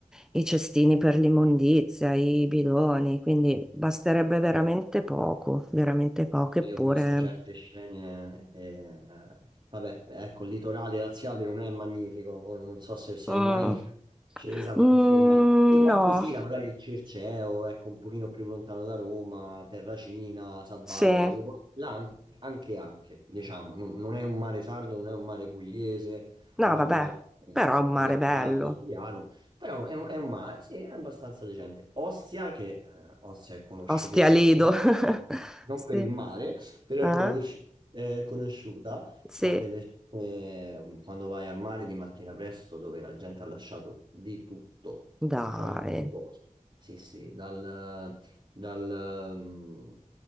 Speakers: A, in the centre; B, on the right.
A: i cestini per l'immondizia, i bidoni, quindi basterebbe
B: Guarda,
A: veramente poco, veramente poco, eppure...
B: Io ho visto certe scene, e, eh, vabbè, ecco, il litorale laziale non è magnifico, ora non so se sei
A: mm,
B: mai <laughs> scesa, ma
A: mm,
B: insomma, e qualcosina,
A: no,
B: magari il Circeo, ecco, un pochino più lontano da Roma, Terracina, Sabaudia,
A: sì, no,
B: quei posti là anche, anche, anche, diciamo, non, non è un mare sardo, non è un mare pugliese,
A: vabbè,
B: non è un mare eh,
A: però è un
B: palermitano,
A: mare bello,
B: siciliano, però è, un- è un mare, sì, è abbastanza decente. Ostia, che eh, Ostia è conosciutissima,
A: Ostia Lido,
B: no,
A: <laughs>
B: non
A: sì,
B: per il mare, però
A: eh?
B: è, conosci- è conosciuta,
A: Sì,
B: ma delle- eh, quando vai al mare di mattina presto, dove la gente ha lasciato di tutto,
A: dai,
B: qualunque cosa. Sì, sì, dal, dal, mm,